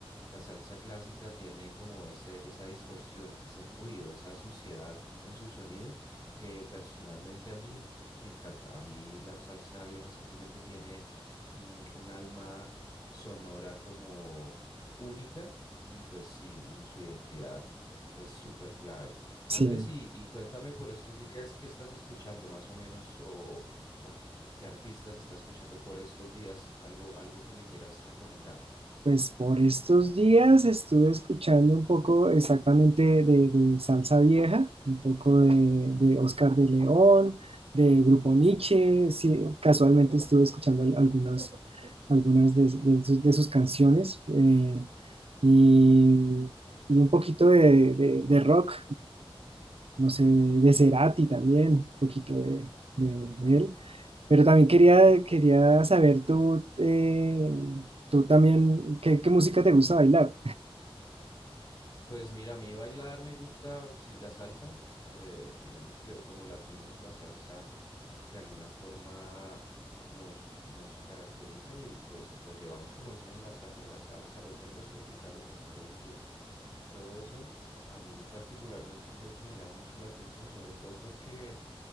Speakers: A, on the left; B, on the right.
A: la salsa clásica tiene como ese, esa distorsión, ese ruido, esa suciedad en su sonido, que personalmente a mí me encanta. A mí la salsa vieja siento yo que tiene mm, un alma sonora como única y pues sí, un- su identidad es súper clave.
B: sí.
A: Andrés, y, y cuéntame por estos días qué estás escuchando más o menos o, o qué artistas estás escuchando por estos días, algo, algo que me quieras recomendar.
B: Pues por estos días estuve escuchando un poco exactamente de, de salsa vieja, un poco de, de Oscar de León, de Grupo Nietzsche, sí, casualmente estuve escuchando al- algunas, algunas de, de sus, de sus canciones eh, y, y un poquito de, de- de rock. no sé, de, de Cerati también, un poquito de, de- de él. Pero también quería, quería saber tú, eh, tú también, ¿qué, qué música te gusta bailar?
A: Pues mira, a mí bailar me gusta, sí, la salsa, eh, digamos que como latinos la salsa de alguna forma nos, nos caracteriza y pues lo llevamos como dicen en la sangre, la salsa, los géneros tropicales, el merengue, Todo eso a mí particularmente creo que me llama mucho la atención, sobre todo porque